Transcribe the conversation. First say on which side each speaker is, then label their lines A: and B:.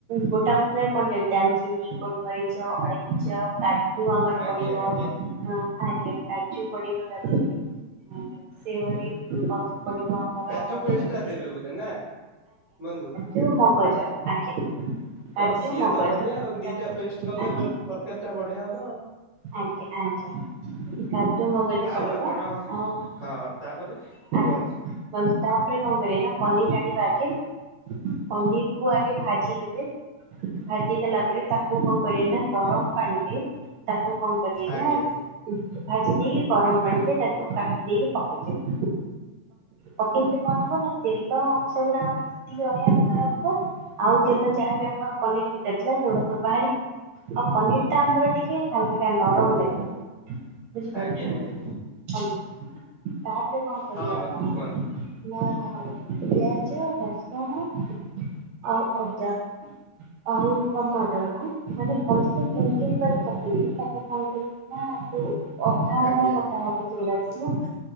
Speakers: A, on the right (about 75°); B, on the right (about 50°).
A: ଗୋଟା ମସଲାରେ କଣ ଯାଏ ଡ଼ାଲଚିନି, ଗୋଲମରିଚ, ଅଳେଇଚ, କା ଜୁ ଆମର
B: ଆଜ୍ଞା
A: ପଡ଼ିବ
B: ଆଜ୍ଞା
A: ହଁ ଆଜ୍ଞା କାଜୁ ପଡ଼ିବ ତା ଦେହରେ। ଆ ସେଇଭଳି ବନ୍ଧୁ ପଡ଼ିବ ଆମର
B: ଯୋଉ
A: କଣ
B: ପେଷ୍ଟ୍
A: କହିଲେ
B: ଟା ଦେବେ ବୋଧେ ନା ବନ୍ଧୁ।
A: ଜୁ ମଗଜ ଆଜ୍ଞା। କାଜୁ
B: ଓ ସିଏତ
A: ମଗଜ
B: ବଢ଼ିଆ ଆଉ ଦିଟା
A: ପଡିବ
B: ପେଷ୍ଟ୍ କଲେ
A: ଆଜ୍ଞା
B: ତରକାରୀ ଟା ବଢ଼ିଆ ହବ ଆଉ।
A: ଆଜ୍ଞା ଆଜ୍ଞା। କାଜୁ ମଗଜ
B: ଆଉ
A: ପଡ଼ିବ
B: ଆପଣ
A: ଆଉ
B: ହଁ ତାପରେ
A: ଆଜ୍ଞା
B: କୁହନ୍ତୁ
A: ବନ୍ ତାପରେ କଣ କରିବେ ନା ପନିର ଆଣିବା ଆଗେ। ପନିର କୁ ଆଗେ ଭାଜିଦେବେ ଭାଜି ଦେଲା ପରେ ତାକୁ କଣ କରିବେ ନା ଗରମ ପଣିରେ ତାକୁ କଣ କରିବେ
B: ଆଜ୍ଞା
A: ନା ଭାଜି ଦେଇକି ଗରମ ପାଣିିରେ ତାକୁ କାଟି ଦେଇକି ପକେଇ ଦେବେ। ପକେଇ ଦେଲେ କଣ ହବ ନା ତେଲ ଅଂଶ ଗୁଡ଼ା ଆମ ଯେତିକି ରହିବା କଥା ରହିବ ଆଉ ତେଲ ଯାହାବି ଆମର ପନିର ଭିତରେ ଥିଲା ସେଗୁଡ଼ା ସବୁ ବାହାରି ଆଉ ପନିର ଟା ଆମର ଟିକେ ହାଲକା ନରମ ଲାଗିବ ବୁଝିପାଇଲେ?
B: ଆଜ୍ଞା ଆଜ୍ଞା
A: ହ୍ୟାଲୋ ତାପରେ କଣ କରିବେ
B: ହଁ ବନ୍ଧୁ
A: ଆପଣ
B: କୁହନ୍ତୁ
A: ନା ପିଆଜ, ରସୁଣ, ଆଉ ଅଦା ଆଉ ଟମାଟର କୁ ମାନେ ଭଲସେ କରି ଚୂନ୍ ଚୂନ୍ କରି କାଟିବେ ତାକୁ କଣ କରି ନା ଯୋଉ ଅଧା
B: ଆଜ୍ଞା
A: ଅଧା କଟା ହବ। ସେଗୁଡ଼ାକ ସବୁ